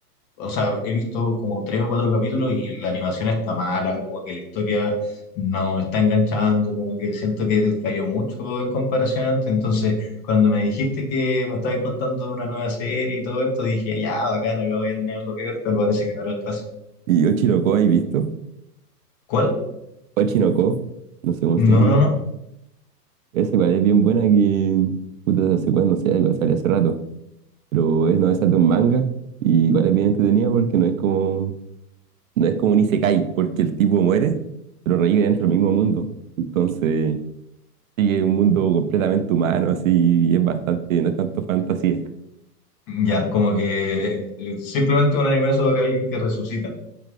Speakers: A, on the left (about 30°); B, on the right (about 55°).
A: o sea, he visto como tres o cuatro capítulos y la animación está mala, como que la historia no me está enganchando, como que siento que cayó mucho en comparación antes, entonces... Cuando me dijiste que me estabas contando de una nueva serie y todo esto, dije, ya, bacán, acá voy a tener algo que ver, pero parece que no era el caso.
B: ¿Y Ochino Ko, has visto?
A: ¿Cuál?
B: Ochino Ko, no sé cómo
A: No,
B: se llama.
A: no, no.
B: Esa igual es bien buena que, puta, no sé cuándo, sea sé, igual salió hace rato, pero es, no, esa es de un manga y igual es bien entretenida porque no es como, no es como un isekai, porque el tipo muere, pero revive dentro del mismo mundo. Entonces, sigue un mundo completamente humano, así, y es bastante, no es tanto fantasía.
A: Ya, como que eh, eh, simplemente un anime sobre alguien que resucita.